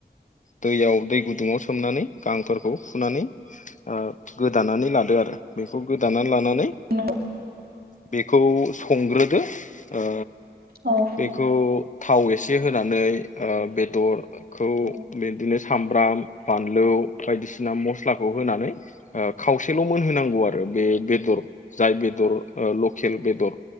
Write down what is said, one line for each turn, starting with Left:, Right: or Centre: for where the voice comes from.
Left: दैयाव दै गुदुङाव सोमनानै गांफोरखौ फुनानै ओ गोदानानै लादो आरो बेखौ गोदानानै लानानै
Right: नंगौ
Left: बेखौ संग्रोदो ओ
Right: औ
Left: बेखौ थाव एसे होनानै बेदरखौ
Right: औ
Left: बिदिनो सामब्राम बान लु बायदिसिना मस्लाखौ होनानै खावसेल' मोनहोनांगौ आरो बे बेदर जाय बेदर लकेल बेदर